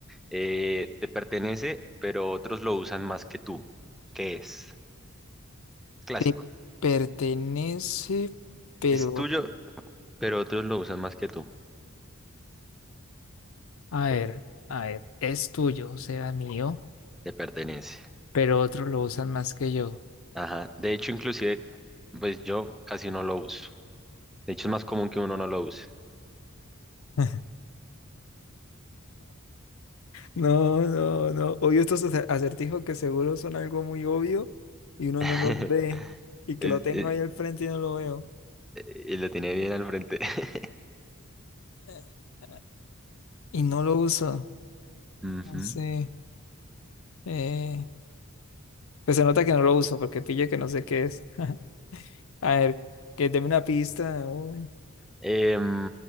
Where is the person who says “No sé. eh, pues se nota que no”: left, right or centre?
Left